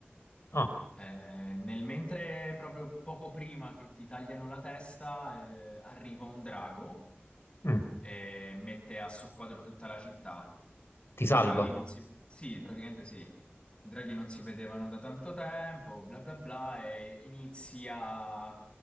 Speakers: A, on the left; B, on the left.
A: Ah,
B: eh, nel mentre, proprio poco prima che ti tagliano la testa, eh, arriva un drago
A: mm,
B: e mette a soqquadro tutta la città.
A: ti
B: I
A: salva.
B: draghi non si... Sì, praticamente sì. I draghi non si vedevano da tanto tempo, bla bla bla, e inizia...